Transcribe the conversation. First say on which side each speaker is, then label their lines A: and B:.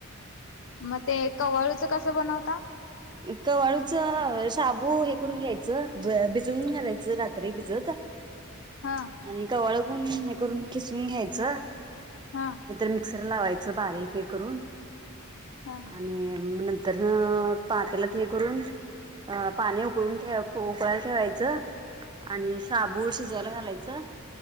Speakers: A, on the left; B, on the right.
A: मग ते कवळूचं कसं बनवता.
B: कवाळूच शाबू हे करून घ्यायचं भिजवून घालायचं रात्री भिजत.
A: हा
B: आणि कवाळू. पण हे करून खिसून घ्यायचं.
A: हा
B: नाहीतर मिक्सर लावायचं बारीक हे करून
A: हा
B: आणि मं नंतर. नंतरन. पातेल्यात हे करून पाणी उकळून ठे उकळायला ठेवायचं, आणि शाबू शिजवायला घालायचं.